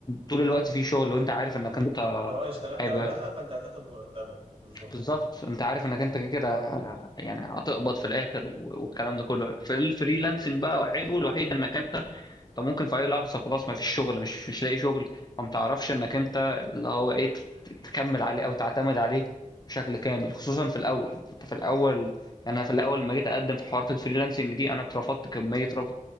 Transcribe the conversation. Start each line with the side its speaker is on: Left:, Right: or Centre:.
Left: طول الوقت في شغل وانت عارف انك انت
Right: سواء اشتغلت
Left: هيبقى
Right: او لا فانت هتاخد مرتبك بالظبط
Left: بالظبط انت عارف انك انت كده كده يعني هتقبض في الاخر و- والكلام ده كله في الفريلانسنج بقى عيبه الوحيد انك انت انت ممكن في اي لحظه خلاص ما فيش شغل مش مش لاقي شغل فما تعرفش انك انت اللي هو ايه ت- تكمل عليه او تعتمد عليه بشكل كامل خصوصا في الاول انت في الاول يعني انا في الاول لما جيت اقدم في حوارات الفريلانسنج دي انا اترفضت كميه رفض